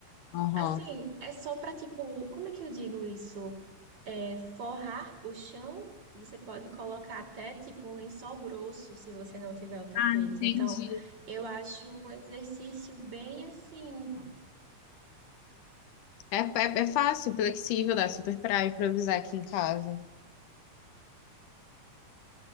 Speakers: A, on the left; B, on the right.
A: aham.
B: Assim, é só para, tipo, como é que eu digo isso? É, forrar o chão. Você pode colocar até tipo um lençol grosso se você não tiver o tapete.
A: Entendi.
B: Então, eu acho um exercício bem assim
A: É, é, é fácil, flexível, dá super pra improvisar aqui em casa.